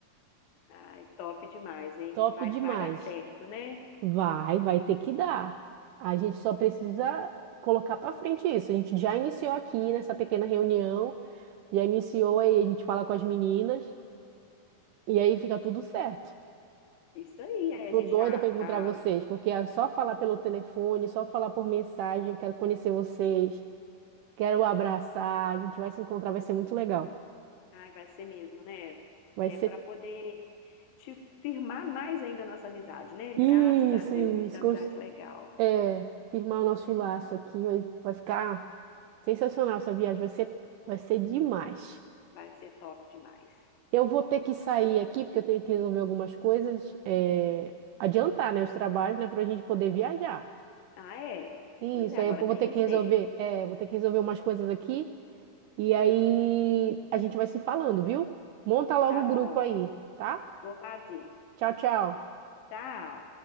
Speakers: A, on the left (about 75°); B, on the right (about 80°).
A: Ai, top demais, hein?
B: Top
A: Vai,
B: demais.
A: vai dar certo, né?
B: Vai, vai ter que dar. A gente só precisa colocar para frente isso. A gente já iniciou aqui nessa pequena reunião, já iniciou aí a gente fala com as meninas e aí fica tudo certo.
A: Isso aí. Aí
B: Tô
A: a gente
B: doida
A: já,
B: para encontrar
A: já...
B: vocês, porque é só falar pelo telefone, só falar por mensagem, eu quero conhecer vocês, quero abraçar, a gente vai se encontrar, vai ser muito legal.
A: Ai, vai ser mesmo, né?
B: Vai
A: É
B: ser
A: para poder te firmar mais ainda a nossa amizade, né? Graças
B: isso,
A: a Deus,
B: isso,
A: a gente tem
B: cons-
A: uma amizade legal,
B: é, firmar o nosso
A: né?
B: laço aqui, vai, vai ficar sensacional essa viagem, vai ser, vai ser demais.
A: Vai ser top demais.
B: Eu vou ter que sair aqui, porque eu tenho que resolver algumas coisas, é, adiantar, né, os trabalhos, né, para a gente poder viajar.
A: Ah, é?
B: Isso,
A: Pois é, agora
B: aí eu vou
A: tem
B: ter
A: que
B: que
A: ser.
B: resolver, é, vou ter que resolver umas coisas aqui. E aí a gente vai se falando, viu? Monta logo
A: Tá
B: o
A: bom,
B: grupo aí, tá?
A: vou fazer.
B: Tchau, tchau.
A: Tchau.